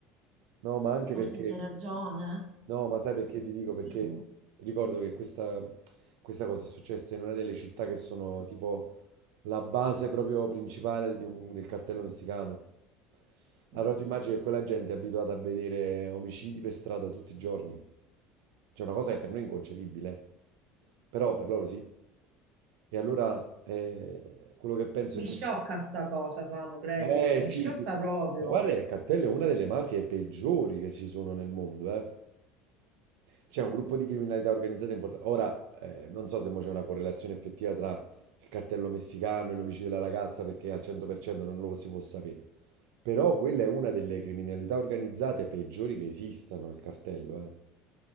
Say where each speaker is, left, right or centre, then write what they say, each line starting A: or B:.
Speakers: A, on the right; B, on the right.
A: No, ma anche
B: forse
A: perché,
B: c'è ragione.
A: no, ma sai perché ti dico? Perché
B: Non
A: ricordo che questa, questa cosa è successa in una delle città che sono tipo la base proprio principale di un- del cartello messicano.
B: so.
A: Allora tu immagini che quella gente è abituata a vedere omicidi per strada tutti i giorni. C'è una cosa che per noi è inconcepibile, eh. però per loro sì. E allora eh, quello che penso
B: Mi
A: è che...
B: sciocca sta cosa, Samu, credimi,
A: Eh
B: mi
A: sì,
B: sciocca
A: sì.
B: proprio.
A: Ma guarda, che il cartello è una delle mafie peggiori che ci sono nel mondo, eh. C'è un gruppo di criminalità organizzata importante. Ora, eh, non so se mo c'è una correlazione effettiva il cartello messicano e l'omicidio della ragazza perché al 100% non lo si può sapere. Però quella è una delle criminalità organizzate peggiori che esistano, il cartello, eh.